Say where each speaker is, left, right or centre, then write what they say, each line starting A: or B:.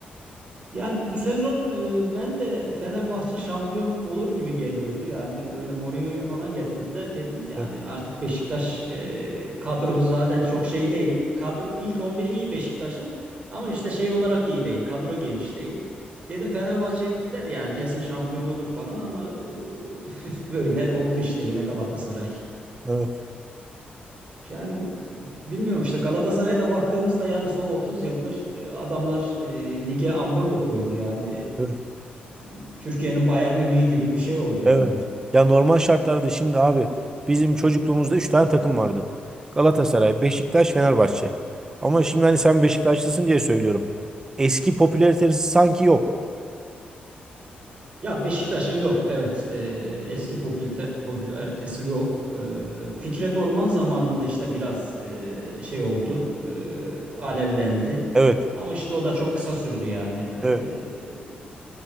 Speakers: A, on the right; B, on the right.
A: Yani bu sezon e, ben de Fenerbahçe şampiyon olur gibi geliyordu. Yani böyle Mourinho'yu falan getirdiler. Dedim yani
B: Evet,
A: artık Beşiktaş e, kadrosu zaten çok şey değil. Kadro ilk on biri iyi Beşiktaş'ın ama işte şey olarak iyi değil. Kadro geniş değil. Dedim Fenerbahçe gider yani kesin şampiyon olur falan ama e, <laughs> böyle oldu işte yine Galatasaray.
B: evet,
A: Yani e, bilmiyorum işte Galatasaray'a da baktığımızda yani son 30 yıldır e, adamlar e, lige ambargo koydu yani.
B: evet.
A: E, Türkiye'nin Bayern Münih'i gibi bir şey oldu yani.
B: Evet. Ya normal şartlarda şimdi abi bizim çocukluğumuzda 3 tane takım vardı. Galatasaray, Beşiktaş, Fenerbahçe. Ama şimdi hani sen Beşiktaşlısın diye söylüyorum. Eski popülaritesi sanki yok.
A: Ya Beşiktaş'ın yok evet E, eski popülte, popülaritesi yok. E, Fikret Orman zamanında işte biraz e, şey oldu e, alevlendi.
B: Evet.
A: Ama işte o da çok kısa sürdü yani. E,
B: Evet.